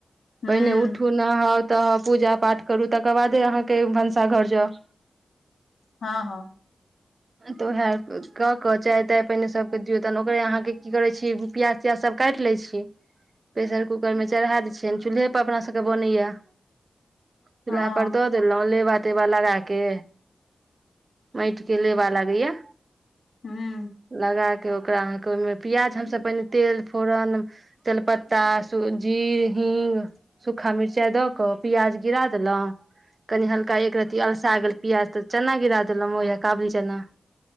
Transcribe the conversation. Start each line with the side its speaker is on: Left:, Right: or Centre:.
Left: हूँ
Right: पहिने उठू नहाउ तऽ पूजा पाठ करू तकर बादे अहाँके भनसाघर जाउ।
Left: हँ- हँ।
Right: तऽ उएह कऽ कऽ चाय ताय पहिने सबके दियौ, तहन ओकरे अहाँके की करै छीयै प्यास तियाज सब काटि लै छीयै। प्रेशर -कुकर मे चढ़ा दै छियनि, चूल्हे पर अपना सबके बनैया। चूल्हा
Left: हँ
Right: पर दऽ देलहुं लेबा- तेबा लगा के माटि के ले बा लागैया।
Left: हूं।
Right: लगा कऽ ओकरा अहाँके ओहिमे प्याज हमसब पहिने तेल फोरन तेलपत्ता सु जीर हिंग सूखा मिर्चाई दऽ कऽ पियाज गिरा देलहुँ कनी हल्का एक रती अलसा गेल प्याज तऽ चना गिरा देलोंह ओहै काबली तेना